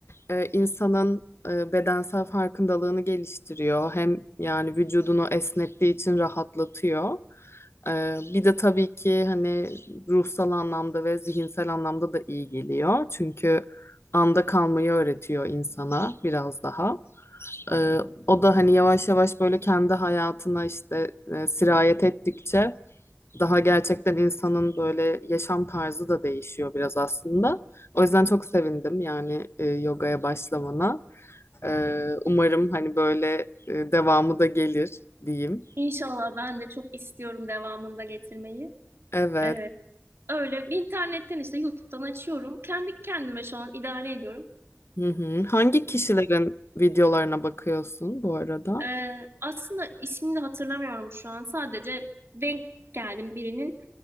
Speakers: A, on the left; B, on the right.
A: e, insanın e, bedensel farkındalığını geliştiriyor hem yani vücudunu esnettiği için rahatlatıyor. E, bir de tabii ki hani ruhsal anlamda ve zihinsel anlamda da iyi geliyor. Çünkü anda kalmayı öğretiyor insana biraz daha. E, o da hani yavaş yavaş böyle kendi hayatına işte e, sirayet ettikçe daha gerçekten insanın böyle yaşam tarzı da değişiyor biraz aslında. O yüzden çok sevindim yani e, yogaya başlamana. E, umarım hani böyle e, devamı da gelir diyeyim.
B: İnşallah ben de çok istiyorum devamında getirmeyi.
A: Evet.
B: Ee, öyle bir internetten işte YouTube'dan açıyorum. Kendi kendime şu an idare ediyorum.
A: Hı hı. Hangi kişilerin videolarına bakıyorsun bu arada?
B: Ee, aslında ismini de hatırlamıyorum şu an. Sadece denk geldim birinin.